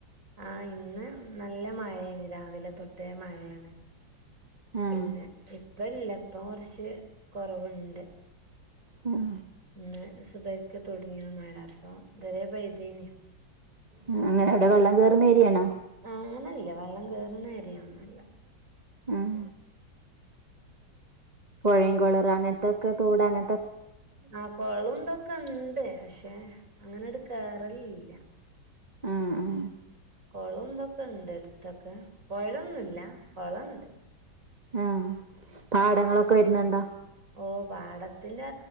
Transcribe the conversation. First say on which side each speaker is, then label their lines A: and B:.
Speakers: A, on the right (about 40°); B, on the right (about 20°).
A: ആ ഇന്ന് നല്ല മഴ രാവിലെ തൊട്ടേ മഴയാണ്.
B: ആഹ്
A: പിന്നെ ഇപ്പല്ല. തോർച്ച് കുറവുണ്ട്.
B: മ്
A: ന്ന് സുഭയിക്ക തുടങ്ങിയ മഴ അപ്പൊ തെ പൈതിന്
B: അങ്ങനെ അവിടെ വെള്ളം കേറുന്ന ഏരിയാണോ.
A: ആഹ് നല്ല വെള്ളം കേയറണരിയ ഒന്നല്ല.
B: ഉം പുഴയും കുണറ അങ്ങനത്തൊക്കെ തൊട ഞ
A: ആഹ് കൊളംന്തൊക്കെ ഉണ്ട് പക്ഷെ അങ്ങനെട് കേറളില്ല.
B: ആഹ് ആഹ്
A: കുളംന്തൊക്കെ ഇണ്ട് അടുത്തൊക്കെ പുഴമൊന്നു മില്ല കൊളുണ്ട്
B: ആഹ് പാടങ്ങളൊക്കെ വരുന്നുണ്ടോ?
A: ഓ പാടത്തിന്റെ